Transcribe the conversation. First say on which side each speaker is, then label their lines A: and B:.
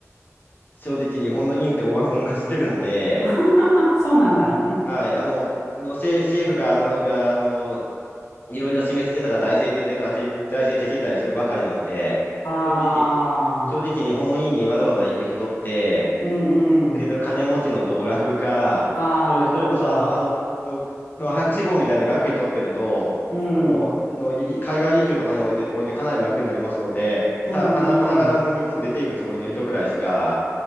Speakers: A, on the left; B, on the left.
A: 正直日本の院ってオワコン化してるので、
B: <laughs> そうなんだ。
A: はい、あの、の政、政府が、あの、が、あの、いろいろ示してたか財政税制とかち財政チェチったりするばかりなので、
B: <laughs> ああ、
A: 正直、正直日本の院にわざわざ行く人って、
B: うんうん。
A: けど金持ちの道楽か、
B: ああ、
A: それ、
B: なるほど。
A: それこそあの、あの、の、の博士号みたいな学位取ってると、
B: うん。
A: あの、のい海外移住とかにおいて、おいてかなり楽になりますので、さあ、
B: うんうん、
A: 鼻、鼻から日本出ていくつもりの人くらいしか、
B: はい。